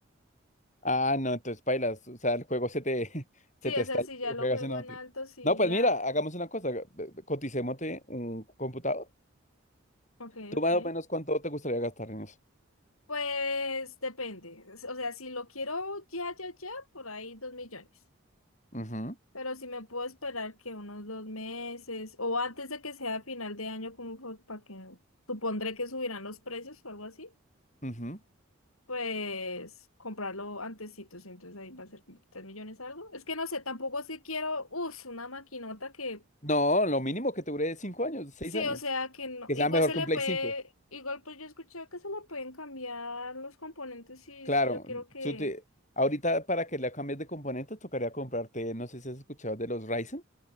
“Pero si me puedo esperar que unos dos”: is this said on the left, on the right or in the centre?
Left